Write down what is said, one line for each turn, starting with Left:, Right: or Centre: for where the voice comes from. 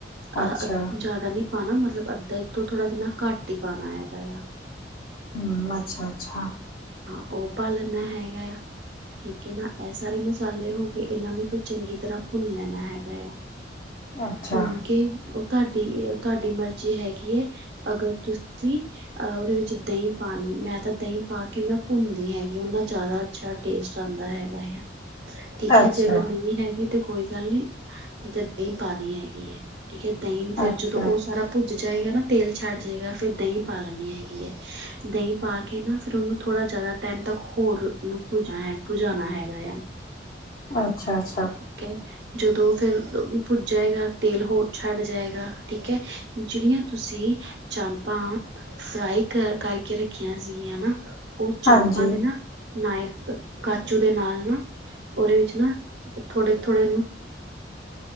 Right: <unintelligible>
Left: ਅੱਛਾ
Right: ਅਹ ਜ਼ਿਆਦਾ ਨਹੀਂ ਪਾਣਾ ਮਤਲਬ ਅੱਧਾ ਤੋਂ ਥੋੜ੍ਹਾ ਜਿਨਾ ਘੱਟ ਹੀ ਪਾਣਾ ਹੈਗਾ ਆ
Left: ਹਮ ਅੱਛਾ ਅੱਛਾ
Right: ਹਾਂ ਉਹ ਪਾ ਲੈਣਾ ਹੈਗਾ ਆ ਠੀਕ ਹੈ ਨਾ ਇਹ ਸਾਰੇ ਮਸਾਲੇ ਹੋ ਕੇ ਇਹਨਾਂ ਨੂੰ ਫਿਰ ਚੰਗੀ ਤਰ੍ਹਾਂ ਭੁੰਨ ਲੈਣਾ ਹੈਗਾ ਆ
Left: ਅੱਛਾ
Right: ਭੁੰਨ ਕੇ ਉਹ ਤੁਹਾਡੀ ਤੁਹਾਡੀ ਮਰਜ਼ੀ ਹੈਗੀ ਹੈ ਅਗਰ ਤੁਸੀਂ ਅਹ ਉਹਦੇ ਵਿੱਚ ਦਹੀਂ ਪਾਉਣੀ ਮੈਂ ਤਾਂ ਦਹੀਂ ਪਾ ਕੇ ਮੈਂ ਭੁੰਨਦੀ ਹੈਗੀ ਉਹਨਾ ਜ਼ਿਆਦਾ ਅੱਛਾ ਟੇਸਟ ਆਉਂਦਾ ਹੈਗਾ ਆ ਠੀਕ
Left: ਅੱਛਾ,
Right: ਹੈ ਜੇ ਅਗਰ ਨਹੀਂ ਹੈ ਗੀ ਤੇ ਕੋਈ ਗੱਲ ਨਹੀਂ ਨਹੀਂ ਤਾਂ ਦਹੀਂ ਪਾਣੀ ਹੈਗੀ ਹੈ ਠੀਕ ਹੈ ਦਹੀਂ ਫੇਰ
Left: ਅੱਛਾ, ਅੱਛਾ,
Right: ਜਦੋਂ ਉਹ ਸਾਰਾ ਜਾਏਗਾ ਨਾ ਤੇਲ ਛੱਡ ਜਾਏਗਾ ਫਿਰ ਦਹੀਂ ਪਾ ਲੈਣੀ ਹੈਗੀ ਹੈ ਦਹੀਂ ਪਾ ਕੇ ਨਾ ਫਿਰ ਉਹਨੂੰ ਥੋੜ੍ਹਾ ਜਿਆਦਾ ਟਾਈਮ ਤੱਕ ਹੋਰਨ ਪੁਜਣਾ ਹੈ ਭੁਜਾਣਾ ਹੈਗਾ ਆ
Left: ਅੱਛਾ ਅੱਛਾ
Right: ਠੀਕ ਹੈ ਜਦੋਂ ਫਿਰ ਪੁੱਜ ਜਾਏਗਾ ਤੇਲ ਹੋਰ ਛੱਡ ਜਾਏਗਾ ਠੀਕ ਹੈ ਜਿਹੜੀਆਂ ਤੁਸੀਂ ਚਾਮਪਾਂ ਫਰਾਈ ਕਰ ਕਰਕੇ ਰੱਖੀਆਂ ਸੀਗੀਆਂ ਨਾ ਉਹ ਚਾਪਾਂ
Left: ਹਾਂਜੀ,
Right: ਦੇ ਨਾ ਨਾਈਫ ਕਾਚੂ ਦੇ ਨਾਲ ਨਾ ਉਹਦੇ ਵਿੱਚ ਨਾ ਥੋੜੇ ਥੋੜੇ ਨੂੰ